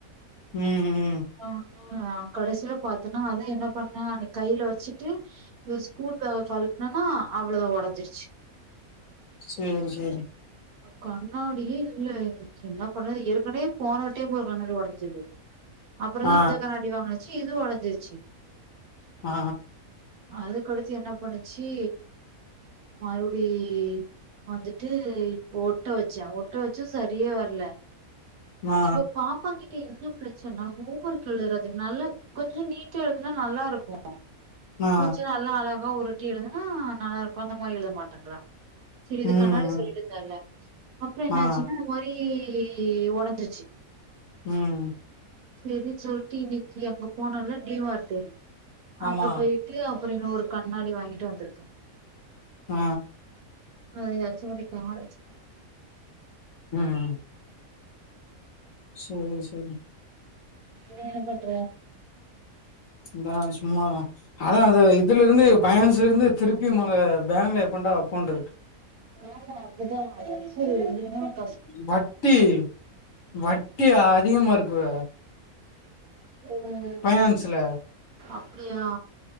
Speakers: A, on the left; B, on the right.
A: ம் ம்
B: ஆனா கடைசில பாத்தன்னா அதா என்ன பண்ண அன்னை கையில வச்சுட்டு இவ ஸ்கூல் பேக கழட்னேனா அவ்ளோதா ஒடஞ்சிருச்சு
A: சேரி சேரி
B: கண்ணாடியே இல்ல என்னா பண்ணது ஏற்கனவே போன டைம் ஒரு கண்ணாடி ஒடஞ்சது அப்பொறந்தா
A: ஆ
B: இந்த கண்ணாடி வாங்கினச்சு இதூ ஒடஞ்சிருச்சு
A: ஆ
B: அதுக்கடுத்து என்ன பண்ணுச்சி மறுப்டி வந்துட்டு இப்ப ஒட்ட வச்சே ஒட்ட வச்சு சரியே வர்ல
A: ஆ
B: இப்ப பா ப்பா கிட்ட என்ன பிரச்சனா ஹோம் ஒர்க் எழுதுறது நல்லா கொஞ்சொ நீட்டா எழுதுனா நல்லாருக்கூ
A: ஆ
B: கொஞ்சொ நல்லா அழகா உருட்டி எழுதுனா நல்லா இருக்கூ அந்த மாரி எழுத மாட்டன்றா செரி
A: ம்
B: இது கண்ணாடி சொல்லிருந்தேல அப்புறொ என்ன
A: ஆ
B: ஆச்சுன்னா இந்த மாரி ஒடஞ்சிருச்சி
A: ம்
B: செரின் சொல்ட்டு இன்னிக்கி அங்க போனோல டி மார்ட்டு
A: ஆமா
B: அங்க பேயி ட்டு அப்பறோ இன்னொரு கண்ணாடி வாங்கிட்டு வந்திருக்க
A: ஆ
B: அத எதாச்சு கொண்டே காத வச்சு
A: ம் சேரி சேரி
B: நீ என்ன பண்ற
A: இதா சும்மாதா அதா அது இதுல இருந்து பனான்ஸ்ல இருந்து திருப்பி மக பேங்ள எப்பண்டா வப்போன்ருக்கு
B: அ நா அதுதா அத வச்சு <unintelligible>
A: வட்டி வட்டி அதிகமா இருக்கு
B: ம்
A: பைனான்ஸ்ல
B: அப்டியா